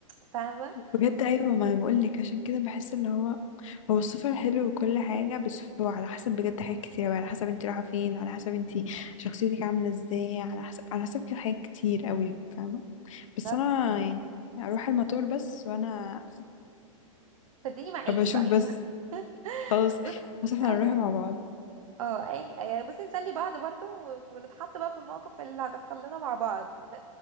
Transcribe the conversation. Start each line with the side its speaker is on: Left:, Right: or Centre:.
Right: فاهمه
Left: بجد ايوه ما انا بقول لك عشان كده بحس اللي هو هو السفر حلو وكل حاجه بس هو على حسب بجد حاجات كتير قوي على حسب انت رايحه فين على حسب انت شخصيتك عامله ازاي على حسب على حسب كده حاجات كتير قوي فاهمه بس
Right: بالظبط.
Left: انا يعني اروح المطار بس وانا
Right: فاديني معاكي
Left: ابقى اشوف
Right: بقى <laughs>
Left: بس خلاص
Right: بص-
Left: بس احنا
Right: أهو.
Left: هنروح مع بعض
Right: اه أي- يعني بس نسلي بعض برضه و- ونتحط بقى في المواقف اللي هتحصل لنا مع بعض